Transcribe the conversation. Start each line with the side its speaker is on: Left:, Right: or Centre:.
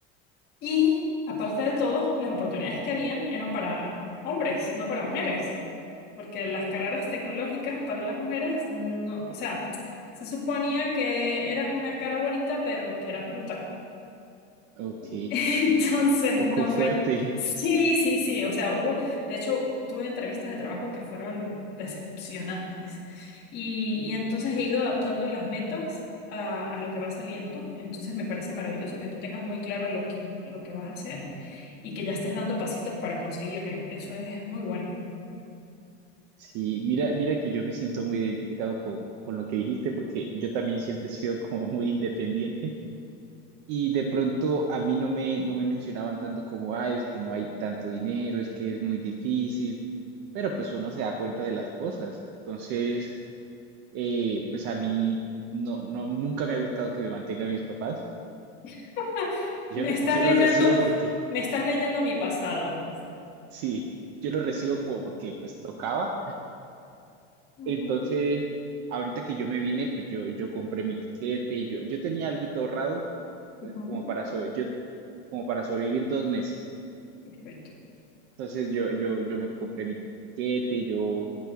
Left: Y aparte de todo, las oportunidades que habían eran para hombres, no para mujeres, porque las carreras tecnológicas para las mujeres, no, o sea, se suponía que eras una cara bonita, pero que eras bruta.
Right: ok,
Left: <laughs> Entonces,
Right: poco
Left: no
Right: fuerte.
Left: fue... Sí, sí, sí, o sea, hubo, de hecho, tuve entrevistas de trabajo que fueron decepcionantes. Y, y entonces he ido adaptando las metas a, a lo que va saliendo. Entonces, me parece maravilloso que tú tengas muy claro lo que, lo que vas a hacer y que ya estés dando pasitos para conseguirlo. Eso es muy bueno.
Right: Sí, mira, mira que yo me siento muy identificado con, con lo que dijiste porque yo también siempre he sido como muy independiente. Y de pronto a mí no me, no me mencionaban tanto como, ay, es que no hay tanto dinero, es que es muy difícil, pero pues uno se da cuenta de las cosas. Entonces, eh, pues a mí no, no, nunca me ha gustado que me mantengan mis papás.
Left: <laughs>
Right: Yo,
Left: Me
Right: lo-
Left: estás
Right: yo
Left: leyendo,
Right: lo recibo porque,
Left: me estás leyendo mi pasado.
Right: sí, yo lo recibo como porque pues tocaba.
Left: Ujú,
Right: Entonces, ahorita que yo me vine, pues yo, yo compré mi tiquete, yo, yo tenía algo ahorrado,
Left: ujú.
Right: eh, como para, so- yo, como para sobrevivir dos meses.
Left: Perfecto.
Right: Entonces yo, yo, yo me compré mi tiquete, yo